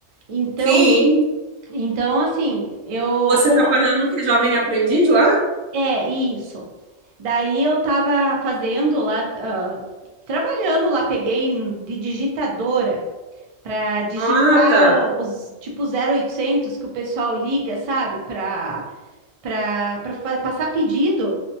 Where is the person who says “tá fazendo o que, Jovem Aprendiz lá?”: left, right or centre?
Right